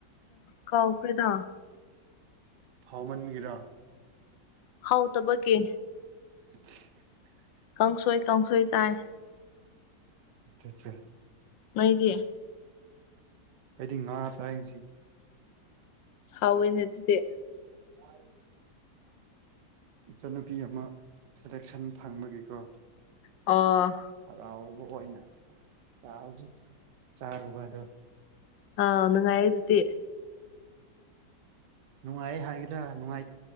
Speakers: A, on the left (about 85°); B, on the right (about 70°).
A: ꯀꯥꯎꯈꯦꯗ
B: ꯍꯋꯥꯃꯟ ꯃꯤꯒꯔꯥ
A: ꯍꯥꯎ ꯇꯕꯒꯤ
B: <inaudible>
A: ꯀꯪꯁꯣꯏ ꯀ ꯀꯥꯡꯪꯁꯣꯏ ꯆꯥꯏ
B: ꯑꯆꯥ
A: ꯃꯗꯤꯌꯦ
B: ꯑꯩꯗꯤ ꯉꯥꯥꯁ ꯍꯥꯏꯁꯤ
A: ꯍꯥꯎꯋꯦꯅ ꯑꯗꯨꯗꯤ
B: ꯑ ꯏꯆꯟꯅꯨꯄꯤ ꯑꯃ ꯁꯦꯂꯦꯛꯁꯟ ꯐꯪꯕꯒꯤꯀꯣ
A: ꯑꯣ
B: ꯍꯔꯥꯎꯕ ꯑꯣꯏꯅ ꯆ ꯍꯧꯖꯤꯛ ꯆꯥꯔꯨꯕꯗꯣ
A: ꯑ ꯑꯣ ꯉꯥꯏꯗꯤꯇꯦ
B: ꯅꯨꯡꯉꯥꯏ ꯍꯥꯏꯒꯗ꯭ꯔꯥ ꯅꯨꯡꯉꯥꯏꯇ